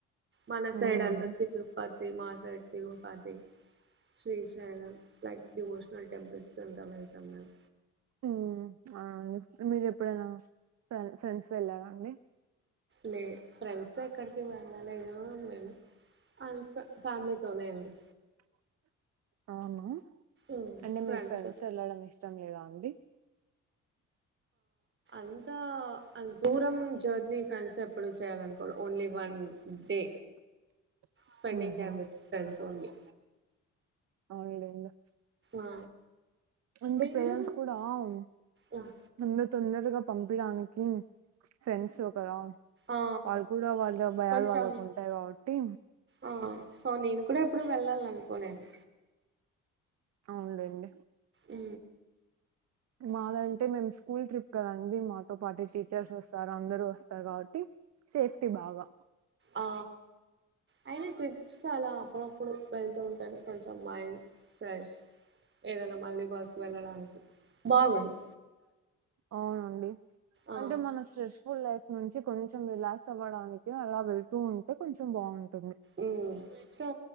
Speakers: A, on the right; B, on the right.
A: మన సైడు
B: అవునవును
A: అంత తిరుపతిమా side Tirupati Srisailam like devotional temples క అంతా వెళ్తాం మేము,
B: ఉ ఆ మీరు ఎప్పుడైనా ఫ్రెండ్స్ తో వెళ్ళారాండి,
A: లే ఫ్రెండ్స్ ఎక్కడికి వెళ్ళలేదు మేము అంత ఫ్యామిలీ తోనే అండీ
B: <unintelligible> అవునా
A: ఉమ్,
B: అంటే
A: ఫ్రెండ్స్తో
B: మీకు ఫ్రెండ్స్ ఎళ్ళడం ఇష్టం లేదా అండి, <unintelligible>
A: ఇంకా దూరం జర్నీ ఫ్రెండ్స్ ఎప్పుడు చేయాల అనుకో ఓన్లీ వన్ డే
B: <unintelligible>
A: స్పెండింగ్
B: ఉహు
A: టైం విత్ ఫెండ్స్ ఓన్లీ
B: అవునులేేండి,
A: ఆ
B: అంటె
A: మీరు
B: పేరెంట్స్ కూడా అవ్
A: ఉమ్,
B: తొందరగా పంపిడానికి ఫ్రెండ్స్ తో కదా
A: ఆ
B: వాళ్ళ కూడా వాళ్ళ భయాలు
A: కొంచెం
B: వాళ్ళకు ఉంటాయి కాబట్టి
A: ఆ సో నేను కూడా ఎప్పుడు వెళ్ళాలనుకోలేదు,
B: అవున్లేండి,
A: ఉ
B: మాదంటే మేము స్కూల్ ట్రిప్ కదండి మాతో పాటు టీచర్స్ వస్తారు అందరు వస్తారు, కాబట్టి సేఫ్టి బాగా
A: ఆ అయిన ట్రిప్స్ అలా అప్పుడప్పుడు వెళ్తూ ఉంటేనే కొంచెం మైండ్ ఫ్రెష్ ఏదైనా మళ్ళీ వర్కు వెళ్ళడానికి బాగుంది.
B: అవునండి
A: ఆ
B: అంటె మన శ లైఫ్ నుంచి కొంచెం రిలాక్స్ అవ్వడానికి అలా వెళ్తూ ఉంటే కొంచెం బాగుంటుంది. టుంది
A: ఉమ్. సో